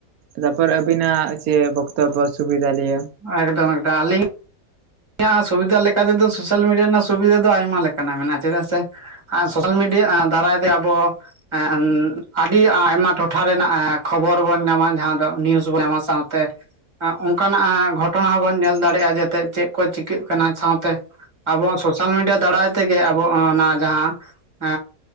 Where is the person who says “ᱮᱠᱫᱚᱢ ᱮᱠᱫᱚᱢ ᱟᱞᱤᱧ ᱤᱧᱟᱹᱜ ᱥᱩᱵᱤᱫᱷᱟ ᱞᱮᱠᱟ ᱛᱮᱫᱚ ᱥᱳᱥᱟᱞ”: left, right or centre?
Right